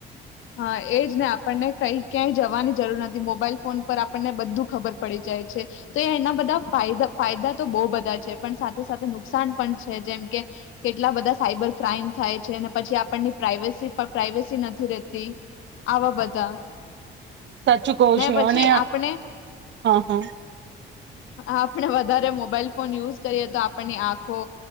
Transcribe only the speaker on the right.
સાચું કહું
છું
અને
હા હા.